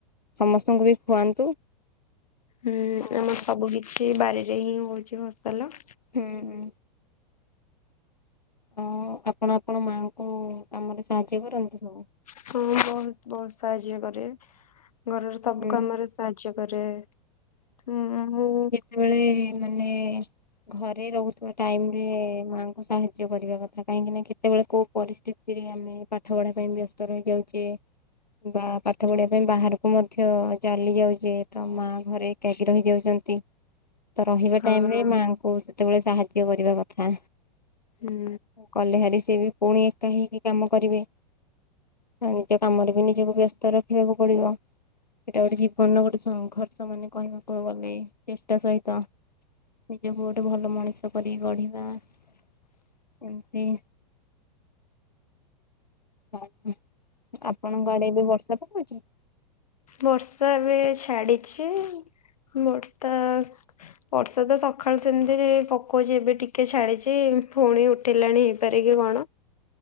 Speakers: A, on the left; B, on the left.
A: ସମସ୍ତଙ୍କୁ ବି ଖୁଆନ୍ତୁ।
B: ହୁଁ
A: ଆଉ
B: ଆମର ସବୁ କିଛି ବାରିରେ ହିଁ ହଉଛି ଫସଲ।
A: ହୁଁ ହୁଁ। ହଁ ଆପଣ ଆପଣ ମାଆଙ୍କୁ କାମରେ ସାହାଯ୍ୟ କରନ୍ତି?
B: ହଁ ବହୁତ୍ ବହୁତ୍ ସାହାଯ୍ୟ କରେ ଘରର
A: ହୁଁ
B: ସବୁ କାମରେ। ସାହାଯ୍ୟ କରେ ହ ମୁଁ।
A: ସେତେବେଳେ ମାନେ ଘରେ ରହୁଥିବା ଟାଇମ୍ ରେ ମାଙ୍କୁ ସାହା ଯ୍ୟ କରିବା କଥା କାହିଁକି ନା କେତେବେଳେ କୋଉ ପରିସ୍ଥିତିରେ ଆମେ ପାଠ ପଢା ପାଇଁ ବ୍ୟସ୍ତ ରହିଯାଉଛେ। ବା ପାଠ ପଢିବା ପାଇଁ ବାହାରକୁ ମଧ୍ୟ ଚାଲି ଯାଉଛେ ତ ମା ଘରେ। ଏକାକି ରହିଯାଉଛନ୍ତି। ତ ରହିବା
B: ହଁ
A: ଟାଇମ୍ ରେ ମାଆଙ୍କୁ ସେତେବେଳେ ସାହାଯ୍ୟ କରିବା କଥା।
B: ହୁଁ
A: ଗଲେ ହେରି ସିଏ ବି ପୁଣି ଏକା ହେଇକି କାମ କରିବେ। ଆ ନିଜ କାମରେ ବି ନିଜକୁ ବ୍ୟସ୍ତ ରଖିବାକୁ ପଡିବ ଏଇଟା ଗୋଟେ ଜୀବନର ଗୋଟେ ସଂଘର୍ଷ ମାନେ? କହିବାକୁ ଗଲେ ଚେଷ୍ଟା ସହିତ ନିଜକୁ ଗୋଟେ ଭଲ ମଣିଷ। କରି ଗଢିବା ଏମିତି ହ ଆପଣଙ୍କ ଆଡେ ଏବେ ବର୍ଷା ପକୋଉଛି?
B: ବର୍ଷା ଏବେ ଛାଡିଛି ବର୍ଷା ବର୍ଷା ତ ସକାଳୁ ସେମିତିରେ ପକଉଛି ଏବେ ଟିକେ ଛାଡିଛି ପୁଣି ଉଠେଇଲାଣି। ସେଠାରେ କି କଣ।